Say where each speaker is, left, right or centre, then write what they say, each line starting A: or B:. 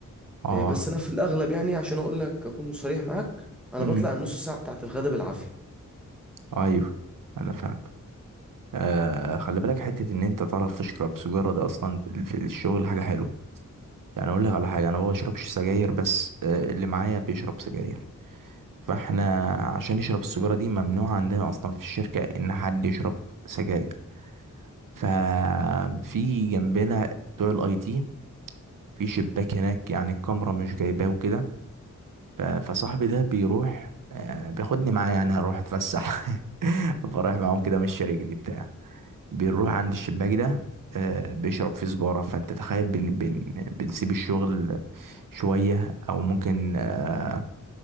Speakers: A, on the right; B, in the centre.
A: اه
B: إيه، بس انا في الاغلب يعني عشان اقول لك اكون صريح معاك انا
A: امم
B: بطلع النص ساعة بتاعت الغدا بالعافية
A: ايوه انا فاهم آه خلي بالك حتة ان انت تعرف تشرب سجارة ده اصلا في في الشغل حاجة حلوة يعني اقول لك على حاجة انا ما بشربش سجاير بس آه اللي معايا بيشرب سجاير فاحنا عشان يشرب السجارة دي ممنوع عندنا اصلا في الشركة ان حد يشرب سجاير ففي جنبنا بتوع الاي تي في شباك هناك يعني الكاميرا مش جايباه وكده ف- فصاحبي ده بيروح آه، بياخدني معاه يعني هروح اتفسح <laughs> بروح معاهم كده مش رجلي بتاع بنروح عند الشباك ده آه، بيشرب فيه سجارة فانت تخيل بن بن بنسيب الشغل شوية او ممكن آه،